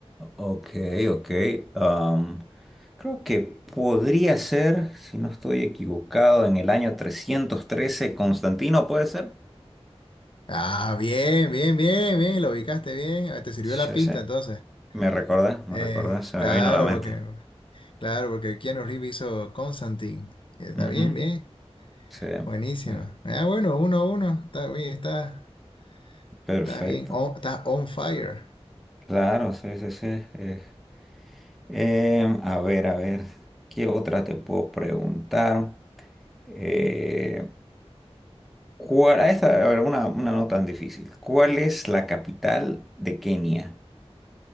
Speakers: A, in the centre; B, on the left.
A: Ok, ok. am, creo que podría ser, si no estoy equivocado, en el año 313 Constantino, ¿puede ser?
B: Ah, bien, bien, bien, bien, lo ubicaste bien. Ah, Te sirvió
A: Sí,
B: la pista
A: sí.
B: entonces.
A: Me recuerda, me
B: Eh,
A: recuerda, se
B: claro,
A: me vino a la mente.
B: porque, claro, porque Keanu Reeves hizo Constantine. Está
A: Ujú,
B: bien, bien.
A: Sí,
B: Buenísimo.
A: per-
B: Ah, bueno, uno a uno. Está bien, está,
A: perfecto.
B: está bien. On- está on fire.
A: Claro, sí, sí, sí. eh. Em, a ver, a ver, ¿qué otra te puedo preguntar? Eh, ¿cuál, a esta, a ver, una, una no tan difícil. ¿Cuál es la capital de Kenia?